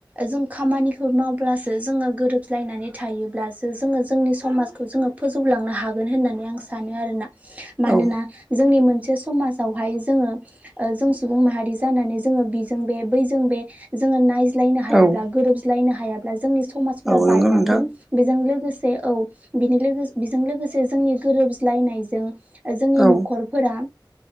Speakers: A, on the right; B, in the centre.
A: जों खामानि खामानिखौ मावब्लासो जोंङो गोरोबलायनानै थायोब्लासो जोंङो जोंनि समाजखौ जोंङो फोजौलांनो हा हागोन होननानै आं सानो आरोना मानोना
B: औ
A: जोंनि मोनसे समाजावहाय जोंङो जों सुबुं माहारि जानानै जोंङो बिजों बे बैजों बे जोंङो नाय ज्लायनो हायाब्ला
B: औ
A: गोरोब्लायनो हायाब्ला जोंनि समाजफोरा
B: औ नंगौ
A: बायलांगोन
B: नोंथां
A: बेजों लोगोसे औ बिनि लोगो बेजों लोगोसे जोंनि गोरोबज्लायनायजों जोंनि
B: औ
A: न'खरफोरा